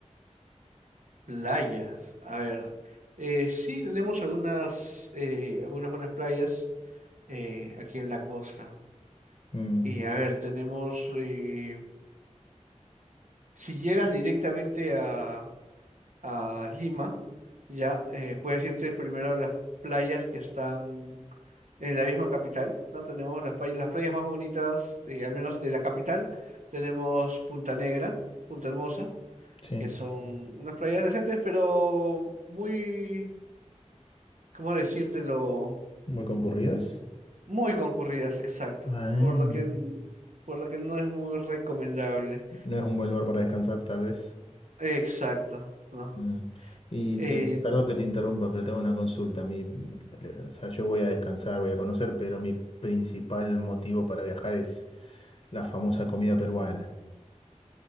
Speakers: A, on the right (about 80°); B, on the left (about 50°).
A: playas. A ver, eh, sí tenemos algunas, eh, algunas buenas playas. eh, aquí en la costa.
B: Mm,
A: Y a ver, tenemos, eh, si llegas directamente a, a Lima, ya eh, puedes irte primero a las playas que están en la misma capital, ¿no? Tenemos las playas, las playas más bonitas, eh, al menos de la capital, tenemos Punta Negra, Punta Hermosa,
B: sí.
A: que son unas playas decentes, pero muy, ¿cómo decírtelo?
B: Muy concurridas.
A: Muy concurridas, exacto,
B: Ah,
A: por lo
B: no
A: que, por lo que no es muy recomendable.
B: es un buen lugar para descansar, tal vez.
A: Exacto, ¿no?
B: Mm. Y
A: Eh,
B: te, perdón que te interrumpa, pero tengo una consulta. Mi, mm, le- o sea, yo voy a descansar, voy a conocer, pero mi principal motivo para viajar es la famosa comida peruana.